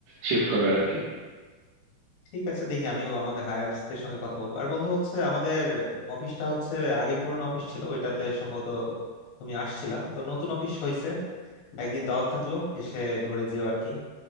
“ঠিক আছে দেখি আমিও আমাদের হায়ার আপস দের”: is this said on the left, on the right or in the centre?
Left